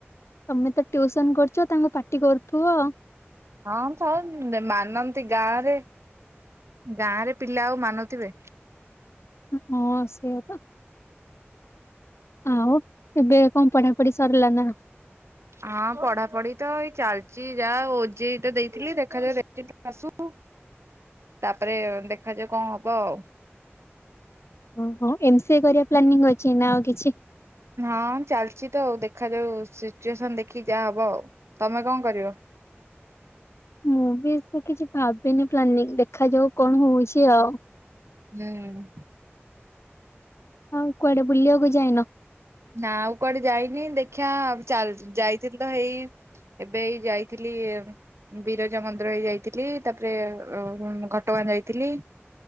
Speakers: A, on the left; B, on the right.
A: ତମେ ତ ଟିଉସନ କରୁଚ ତାଙ୍କୁ ପାଟି କରୁଥିବ।
B: ହଁ ଥାଉ ଉଁ ଉଁ ଯେ ମାନନ୍ତି ଗାଁ ରେ। ଗାଁରେ ପିଲା ଆଉ ମାନୁଥିବେ?
A: ହଁ ସେୟା ପା। ଆଉ ଏବେ କଣ ପଢା ପଢି ସରିଲା ନା କଁ?
B: ହଁ ପଢାପଢି ତ ଏଇ ଚାଲଚି ଯାହା ଓଜେଇ ତ ଦେଇଥିଲି ଦେଖାଯାଉ <unintelligible> ଆସୁ।
A: ହଁ <inaudible>
B: ତାପରେ ଦେଖାଯାଉ କଣ ହବ ଆଉ।
A: ଉଁ ହୁଁ ଏମ ସି ଏ କରିବା ପ୍ଲାନିଂ ଅଛି ନା ଆଉ କିଛି?
B: ହଁ ଚାଲଚି ତ ଆଉ ଦେଖାଯାଉ ସିଚୁଏସନ ଦେଖିକି ଯାହା ହବ। ଆଉ ତମେ କଣ କରିବ?
A: <inaudible> ମୁଁ ବି ସେ କିଛି ଭାବିନି ପ୍ଲାନିଂ ଦେଖାଯାଉ କଣ ହଉଚି ଆଉ।
B: ହୁଁ।
A: ହଁ କୁଆଡେ ବୁଲିବାକୁ ଯାଇନ।
B: ନା ଆଉ କୁଆଡେ ଯାଇନି ଦେଖିବା ଚାଲ୍ ଯାଇଥିଲି ତ ହେଇ ଏବେ ଏଇ ଯାଇଥିଲି ବିରଜା ମନ୍ଦିର ହେଇ ଯାଇଥିଲି ତାପରେ ଉ ହୁଁ ଘଟ ଗାଁ ଯାଇଥିଲି।